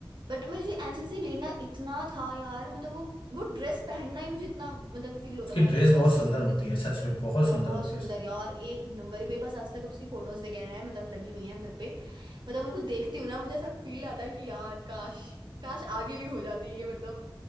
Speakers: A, on the right (about 60°); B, on the left (about 80°).
A: बट मुझे एनसीसी लेना इतना था यार मतलब वो वो ड्रेस पहनना ही मुझे इतना मतलब फील होता
B: उसकी
A: था
B: ड्रेस
A: कि
B: बहुत
A: बस
B: सुंदर
A: मुझे
B: होती
A: चाहिए
B: है सच में बहुत
A: बहुत
B: सुंदर होती
A: सुंदर
B: है उसकी
A: यार एक नंबर ही मेरे पास आज तक उसकी फोटोज वगैरह है मतलब लगी हुई हैं घर पे मतलब उनको देखती हूँ ना मुझे ऐसा फील आता है कि यार काश काश आगे भी हो जाती ये मतलब